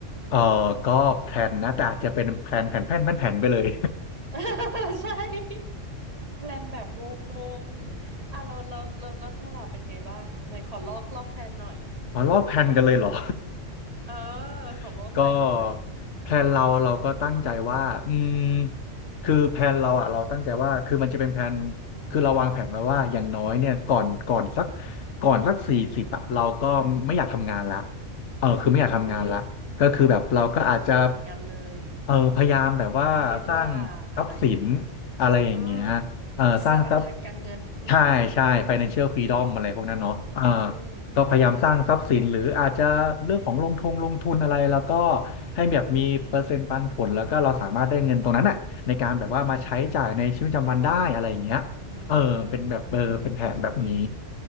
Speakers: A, on the left; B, on the right.
A: เอ่อก็แผนนะแต่อาจจะเป็นแผนแผนแผนแผนแผนไปเลย
B: <laughs> ใช่แพลนแบบงงๆอ่ะเราเราเราเราถ้าเธาล่เป็นไงบ้างไหนขอลอกลอกแพลนหน่อย
A: อ๋อลอกแพลนกันเลยเหรอ
B: เออขอลอกแพลนหน่อย
A: <laughs> ก็แพลนเราเราก็ตั้งใจว่าอืมคือแพลนเราอ่ะเราตั้งใจว่าคือมันจะเป็นแพลนคือเราวางแผนไว้ว่าอย่างน้อยเนี่ยก่อนก่อนสักก่อนสักสี่สิบอ่ะเราก็ไม่อยากทำงานละเออคือไม่อยากทำงานละก็คือแบบเราก็อาจจะ
B: อุ๊ยอุ๊ยคิดเหมือนกันเลย
A: เออพยายามแบบว่าสร้างทรัพย์สิน
B: เขาเรียกว่าอะไรนะ
A: อะไรอย่างเงี้ย
B: เออ
A: เออสร้างทรัพย์
B: อิสระทางการเงินอืม
A: ใช่ใช่ financial freedom อะไรพวกนั้นเนาะเออ
B: อื
A: ก็พยายามสร้างทรัพย์สินหรืออาจจะเรื่องของลงทุนลงทุนอะไรแล้วก็
B: ม
A: ให้แบบมีเปอร์เซ็นต์ปันผลแล้วก็เราสามารถได้เงินตรงนั้นน่ะในการแบบว่ามาใช้จ่ายในชีวิตประจำวันได้อะไรอย่างเงี้ยเออเป็นแบบเออเป็นแผนแบบนี้
B: อืมคิดดี